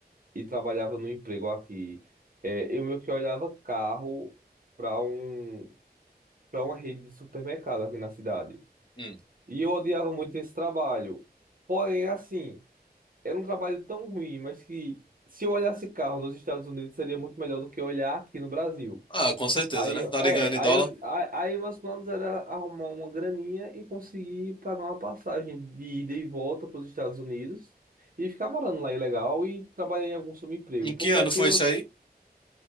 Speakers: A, on the right; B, on the left.
A: e trabalhava no emprego aqui, é, eu meio que olhava carro para um, para uma rede de supermercado aqui na cidade.
B: Hum.
A: E eu odiava muito esse trabalho. Porém, assim era um trabalho tão ruim, mas que se eu olhasse carro nos Estados Unidos seria muito melhor do que olhar aqui no Brasil.
B: Ah, com certeza,
A: Aí,
B: né?
A: eu-
B: Tá
A: é,
B: ganhando em
A: aí,
B: dólar.
A: eu, a- aí meus planos era arrumar uma graninha e conseguir pagar uma passagem de ida e volta para os Estados Unidos e ficar morando lá ilegal e trabalhar em algum subemprego.
B: Em que
A: Porque
B: ano
A: aqui
B: foi
A: eu,
B: isso aí?